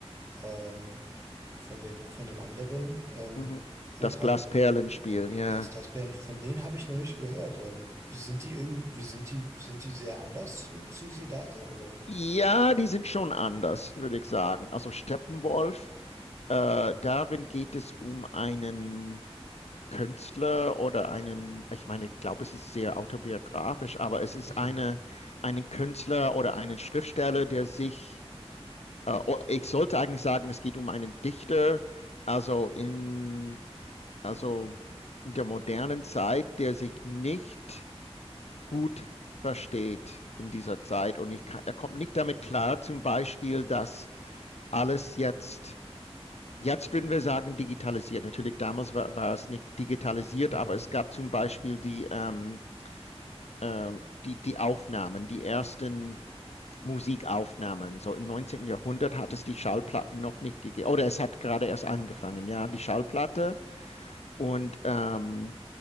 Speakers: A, on the right; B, on the left.
A: ähm, von dem, von dem anderen ähm,
B: Mhm.
A: Buch
B: Das Glasperlenspiel,
A: habe
B: ja.
A: das, das Band, von denen habe ich noch nicht gehört. Ähm, sind die irgendwie, sind die, sind die sehr anders zu, zu Siddhartha oder?
B: Ja, die sind schon anders, würde ich sagen. Also Steppenwolf Äh, darin geht es um einen Künstler oder einen, ich meine, ich glaube, es ist sehr autobiografisch, aber es ist
A: Mhm,
B: eine, einen Künstler oder einen Schriftsteller, der sich, äh, oh, ich sollte eigentlich sagen, es geht um einen Dichter, also in, also in der modernen Zeit, der sich nicht gut versteht in dieser Zeit und ich kann, er kommt nicht
A: Okay.
B: damit klar, zum Beispiel, dass alles jetzt Jetzt würden wir sagen digitalisiert. Natürlich damals war, war es nicht digitalisiert,
A: Mhm.
B: aber es gab zum Beispiel die, ähm, ähm, die, die Aufnahmen, die ersten Musikaufnahmen. So im neunzehnten Jahrhundert hat es die Schallplatten noch nicht gegeben, oder es hat gerade erst angefangen, ja, die Schallplatte. Und ähm,